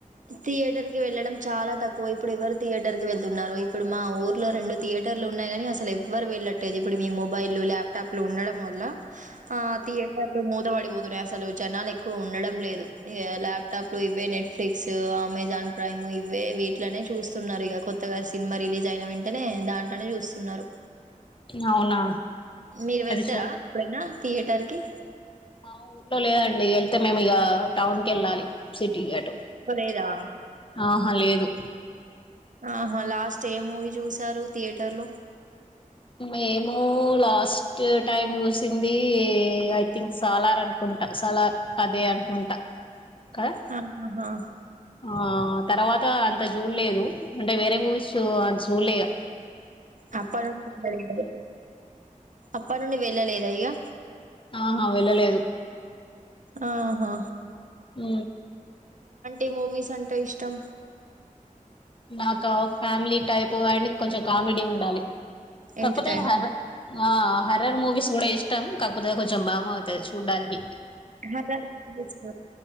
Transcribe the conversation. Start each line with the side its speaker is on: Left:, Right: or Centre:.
Right: థియేటర్ కి వెళ్ళడం చాలా తక్కువ ఇప్పుడు ఎవరు థియేటర్ కి వెళ్తున్నారు ఇప్పుడు మా ఊర్లో రెండు థియేట టర్లు ఉన్నాయి కానీ అసలు ఎవ్వరు వెళ్ళట్టలేదు ఇప్పుడు మీ మొబైలు ల్యాప్టాప్లు ఉండడం వల్ల ఆ థియేటర్లు మూతబడిపోతు అసలు జనాలు ఎక్కువ ఉండడం లేదుఇగ ల్యాప్టాప్లు ఇవ్వే నెట్ నెట్ఫ్లిక్స్ అమెజాన్ ప్రైమ్ ఇవే వీటిలనే చూస్తున్నారు ఇక కొత్తగా సినిమా రిలీజ్ అయిన వెంటనే దాంట్లనే జూస్తున్నరు
Left: అవునా
Right: మీరు వెళ్తరా
Left: అది చూ
Right: ఎప్పుడైనా థియేటర్ కి
Left: మా ఊర్లో లేదండి యెళ్తే మేము ఇగ టౌన్ కి యెళ్ళాలి సిటిగటు
Right: లేదా
Left: ఆహా లేదు
Right: ఆహా లాస్ట్ ఏ మూవీ జూసారు థియేటర్ లో
Left: మేము లాస్ట్ టైమ్ చూసింది ఐ థింక్ సాలార్ అనుకుంట సాలార్ అదే అనుకుంటా కదా
Right: ఆహా హా
Left: ఆ తర్వాత అంత జూడలేదు అంటే వేరే మూవీస్ చూడలే ఇగా
Right: అప్ప నుండి వెళ్ళలేదు అప్పడా నుండి వెళ్ళలేద ఇగా
Left: ఆహా వెళ్ళలేదు
Right: ఆహ
Left: ఆ
Right: ఏ మూవీస్ అంటే ఇష్టం
Left: నాకా ఫ్యామిలీ టైప్ అండ్ కొంచెం కామెడీ ఉండాలి కాకపోతే
Right: ఎంటర్టైన్
Left: హర్ర హర్రర్ మూవీస్ కూడా ఇష్టం కాకపోతే కొంచెం బామ అయితది చూడడానికి
Right: హార్రర్ మూవీస్